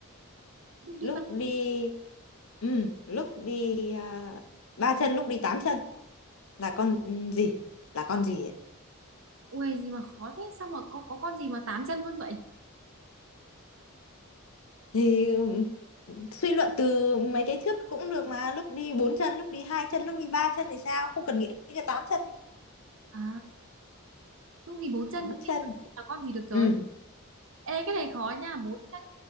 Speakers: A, on the right (about 60°); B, on the left (about 70°).
A: lúc đi
B: lúc
A: ba
B: đi ừ lúc đi ờ, ba chân lúc đi tám chân là con ừ, gì là con gì ấy?
A: ui gì mà khó thế sao mà có có con gì mà tám chân luôn vậy
B: thì suy luận từ mấy cái trước cũng được mà lúc đi bốn chân lúc đi hai chân lúc đi ba chân thì sao không cần nghĩ đến cái tám chân đi
A: à lúc đi bốn chân
B: tám
A: lúc
B: chân
A: đi năm chân là con gì được rồi
B: ừ
A: ê cái này khó nha bốn chân